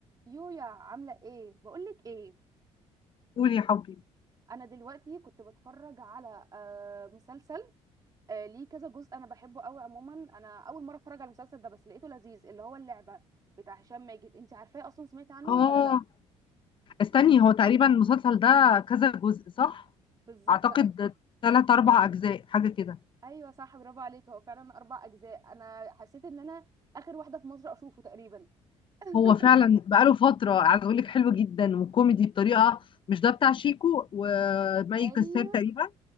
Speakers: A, on the right (about 30°); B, on the left (about 40°).
A: يويا عاملة ايه؟ بقولك ايه؟
B: قول يا حبي
A: انا دلوقتي كنت بتفرج على آه، مسلسل آه، ليه كذا جزء انا بحبه قوي عموما انا اول مرة اتفرج على المسلسل ده بس لقيته لذيذ اللي هو اللعبة بتاع هشام ماجد انت عارفاه اصلا سمعتي عنه
B: اه
A: ولا لا؟
B: استني هو تقريبا المسلسل ده كذا جزء صح
A: بالظبط
B: اعتقد ثلاث اربع اجزاء حاجه كده
A: ايوه صح برافو عليك هو فعلا اربع اجزاء انا حسيت ان انا اخر واحدة في مصر اشوفه تقريبا <laughs>
B: هو فعلا بقاله فتره عايز اقول لك حلو جدا وكوميدي بطريقه مش ده بتاع شيكو ومي
A: ايوه
B: كساب تقريبا